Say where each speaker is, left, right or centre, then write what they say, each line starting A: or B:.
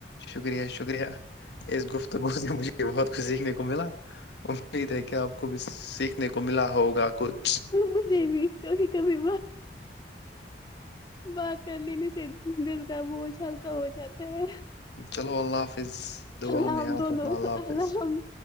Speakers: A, on the left; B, on the left.
A: شکریہ شکریہ اس گفتگو سے مجھے بھی بہت کچھ سیکھنے کو ملا امید ہے کہ آپ کو بھی سیکھنے کو ملا ہوگا کچھ
B: مجھے بھی کبھی کبھی بات کر لینے سے دل کا بوجھ ہلکا ہو جاتا ہے <inaudible>
A: چلو اللہ حافظ دعاؤں
B: اللہ
A: میں
B: ہم
A: یاد
B: دونوں
A: رکھنا اللہ حافظ
B: ہم